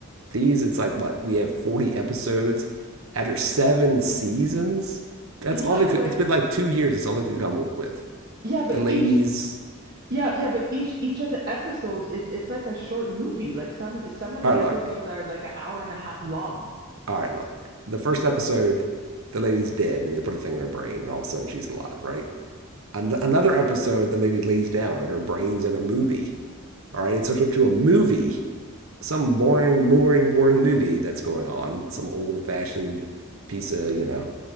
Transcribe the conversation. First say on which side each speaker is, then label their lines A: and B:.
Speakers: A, on the right; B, on the right.
A: These, it's like what we have forty episodes after seven seasons. That's
B: Yeah,
A: all they could.
B: but
A: It's been like two years. That's all they could come up with.
B: yeah, but
A: The ladies.
B: each yeah, yeah, but each each of the episodes is it's like a short movie. Like some some of
A: All
B: the
A: right, look.
B: episodes are like an hour and a half long.
A: All right, look. The first episode, the lady's dead, and they put a thing in her brain, and all of a sudden she's alive, right? An- another episode, the lady lays down, and her brain's in a movie. All right, it's hooked up to a movie some boring, boring, boring movie that's going on, some old fashioned piece of, you know.